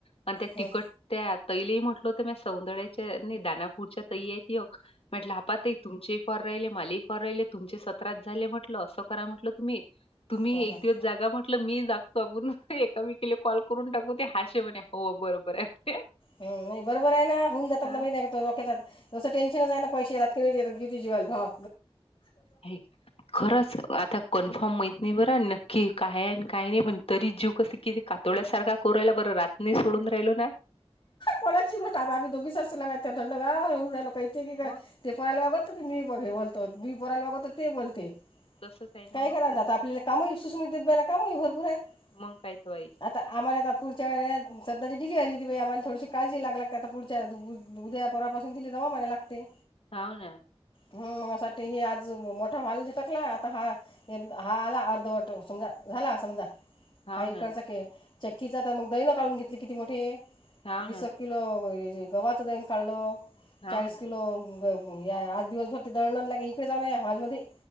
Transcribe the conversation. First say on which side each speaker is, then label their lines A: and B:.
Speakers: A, on the left; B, on the left.
A: आणि त्या
B: हं,
A: तिकट त्या तैल म्हटलं होतं म सौंदड्याच्या दना पुढच्या ताई आहे एक म्हटलं ह्या पाहा ताई तुमचे हि कॉल राहिले माल कॉल राहिले तुमचे सत्राच् झाले आहे म्हटलं, अस करा म्हटलं तुम्ही तुम्ही
B: हं, हं.
A: एक दिवस जागा म्हटलं मी जागतो, आपून एकामेकीला कॉल करून टाकू ते हाशे म्हणे हो बरोबर आहे.
B: ह नाही बरोबर आहे ना होऊन जातात
A: हां.
B: ना महिक तसं टेन्शनच आहे ना पैसे इने ज रंगी ज्वल हा
A: हे. खरंच आता कन्फर्म माहत नाही, बरं नक्की काय आहे, काही नाही पण तरी जीव कस किती, कातोड्यासारखा कोरायला बरं रातनी सोडून राहिलो ना.
B: कोणाची आम्ही दोघी मा थंड लो क
A: मग
B: तेयला. मी बघे बोलतो, मी बोरायला बघतो ते बोलते.
A: तसंच आहे
B: काय
A: मग
B: करा ना आता आपल्याला कामाही सुसून देत बा ना कामई भरपूर आहेतता.
A: मग काय तो बाई
B: आम्हाला आ पुढच्या व सध्या डिलीव हो ब आ्हाला थोडीशी काळी लाग आता पुढच्या उदयापोरापासून दिले जमामाला लागते.
A: हा ना?
B: हम मा सा ही आज मोठा हॉल झिटकला आता हा हा आला अर्धवट समजा झाला समजा.
A: हाव
B: हाईकचाक
A: ना
B: चक्कीचा तर मग दहीन काढून घेतली किती मोठे
A: हाव
B: वीस
A: ना
B: किलो प गव्हाचा दळण काढलं
A: हाव
B: चाळीस
A: ना
B: किलो. या आज दिवसभर ते दळडण लागे, इकडे जा या हॉलमध्येध्ये,